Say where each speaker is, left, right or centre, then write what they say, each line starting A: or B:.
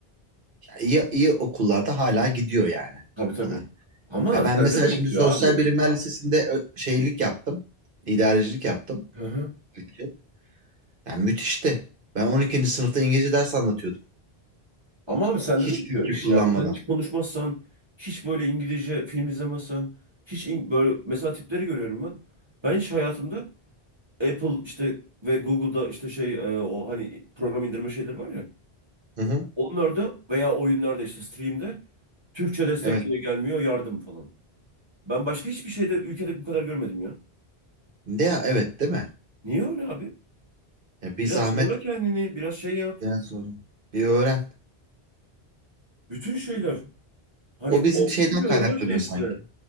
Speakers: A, on the right; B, on the right.
A: Ya iyi, iyi okullarda hala gidiyor yani
B: Tabii tabii.
A: olay.
B: Ama
A: Ya ben
B: sende
A: mesela
B: de
A: şimdi
B: bitiyor
A: Sosyal
B: abi.
A: Bilimler Lisesi'nde ö- şeylik yaptım. İdarecilik yaptım.
B: Hı hı.
A: İki yıl. Yani müthişti. Ben 12. sınıfta İngilizce ders anlatıyordum.
B: Ama abi sende
A: Hiç
B: de bitiyor
A: Türkçe
B: iş
A: kullanmadan.
B: yani. Sen hiç konuşmazsan, hiç böyle İngilizce film izlemezsen, hiç in- böyle mesela tipleri görüyorum ben. Ben hiç hayatımda Apple işte ve Google'da işte şey e, o hani program indirme şeyleri var ya.
A: Hı hı.
B: Onlarda veya oyunlarda işte stream'de Türkçe destek
A: Evet.
B: niye gelmiyor yardım falan. Ben başka hiçbir şeyde ülkede bu kadar görmedim ya.
A: Ne ya, evet değil mi?
B: Niye öyle abi?
A: E, bir
B: Biraz
A: zahmet
B: zorla kendini, biraz şey yap.
A: biraz zor. Bir öğren.
B: Bütün şeyler. Hani
A: O bizim
B: o
A: şeyden
B: bütün yorumlar
A: kaynaklanıyor
B: şey üstüne.
A: sanki.